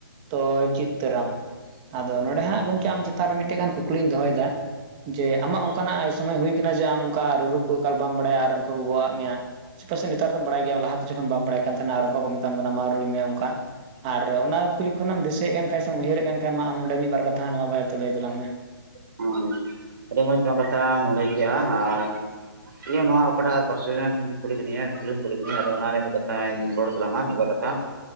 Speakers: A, on the right; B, on the right.
A: ᱛᱚ ᱪᱤᱫ ᱩᱛᱟᱹᱨᱟᱢ ᱾ᱛᱚ ᱟᱫᱚ ᱱᱚᱰᱮ ᱦᱟᱸᱜ ᱜᱚᱢᱠᱮ ᱟᱢ ᱪᱮᱛᱟᱱ ᱨᱮ ᱢᱤᱫᱴᱮᱱ ᱜᱟᱱ ᱠᱩᱠᱞᱤᱧ ᱫᱚᱦᱚᱭᱮᱫᱟ ᱾ ᱡᱮ ᱟᱢᱟᱜ ᱚᱱᱠᱟᱱᱟᱜ ᱥᱚᱢᱚᱭ ᱦᱩᱭ ᱠᱟᱱᱟ ᱡᱮ ᱟᱢ ᱚᱱᱠᱟ ᱨᱩᱨᱩ ᱮᱠᱟᱞ ᱵᱟᱢ ᱵᱟᱲᱟᱭᱟ ᱟᱨ ᱚᱱᱠᱟ ᱠᱚ ᱜᱚ ᱟᱫ ᱢᱮᱭᱟ? ᱥᱮ ᱯᱟᱥᱮᱡ ᱱᱮᱛᱟᱨ ᱫᱚ ᱵᱟᱲᱟᱭ ᱜᱮᱭᱟ ᱞᱟᱦᱟᱛᱮ ᱡᱚᱠᱷᱚᱱ ᱵᱟᱢ ᱵᱟᱲᱟᱭ ᱠᱟᱱ ᱛᱟᱦᱮᱱᱟ ᱟᱨ ᱚᱱᱠᱟ ᱠᱚ ᱢᱮᱛᱟᱢ ᱠᱟᱱᱟ ᱢᱟ ᱨᱩᱭ ᱢᱮ ᱚᱱᱠᱟ ᱾ ᱟᱨ ᱚᱱᱟ ᱠᱚ ᱡᱚᱠᱷᱚᱱᱢ ᱫᱤᱥᱟᱹᱭᱮᱫ ᱠᱟᱱ ᱠᱷᱟᱱ ᱥᱮᱢ ᱩᱭᱦᱟᱹᱨᱮᱫ ᱠᱟᱱ ᱠᱷᱟᱡ ᱢᱟ ᱟᱢ ᱱᱚᱰᱮ ᱢᱤᱫ ᱵᱟᱨ ᱠᱟᱛᱷᱟ ᱱᱚᱣᱟ ᱵᱟᱨᱮᱛᱮ ᱞᱟᱹᱭ ᱛᱟᱞᱟᱝ ᱢᱮ ᱾
B: <unintelligible> ᱟᱹᱰᱤ ᱢᱚᱸᱡᱽ ᱱᱚᱣᱟ ᱠᱟᱛᱷᱟᱢ ᱞᱟᱹᱭ ᱠᱮᱫᱼᱟ ᱾ ᱟᱨ ᱤᱭᱟᱹ ᱱᱚᱣᱟ ᱚᱠᱟᱴᱟᱜ ᱠᱚᱥᱴᱮᱱ ᱮᱢ ᱠᱩᱞᱤ ᱠᱤᱫᱤᱧ ᱠᱩᱠᱞᱤᱢ ᱠᱩᱞᱤ ᱠᱤᱫᱤᱧᱟ ᱟᱫᱚ ᱚᱱᱟᱨᱮ ᱢᱤᱫ ᱠᱟᱛᱷᱟᱧ ᱨᱚᱲ ᱛᱟᱞᱟᱝᱟ ᱢᱤᱫ ᱵᱟᱨ ᱠᱟᱛᱷᱟ <unintelligible>